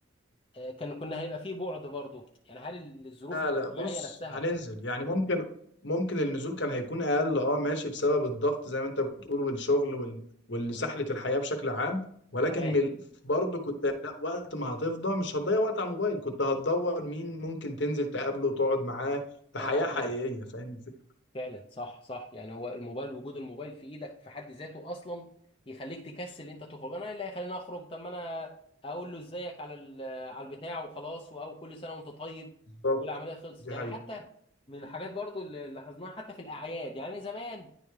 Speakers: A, on the left; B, on the left.
A: آه، كان كنا هيبقى فيه بعد برضه يعني هل الظروف
B: لا
A: الاجتماعيه
B: لا بص
A: نفسها
B: هننزل يعني ممكن ممكن النزول كان هيكون اقل اه ماشي بسبب الضغط زي ما انت بتقول والشغل وال... والسحلة الحياة بشكل عام ولكن
A: تمام
B: مل... برضه كنت لا وقت ما هتفضى مش هتضيع وقت على الموبايل كنت هتدور مين ممكن تنزل تقابله وتقعد معاه في
A: اه
B: حياة حقيقية
A: فعلا
B: فاهم الفكرة
A: فعلا صح صح يعني هو الموبايل وجود الموبايل في ايدك في حد ذاته اصلا يخليك تكسل ان انت تخرج انا إيه اللي هيخليني اخرج طب ما انا هقول له ازيك على ال- على البتاع وخلاص او كل سنه وانت طيب
B: بالظبط
A: والعمليه خلصت
B: دي
A: يعني
B: حقيقة
A: حتى من الحاجات برضو اللي لاحظناها حتى في الاعياد يعني زمان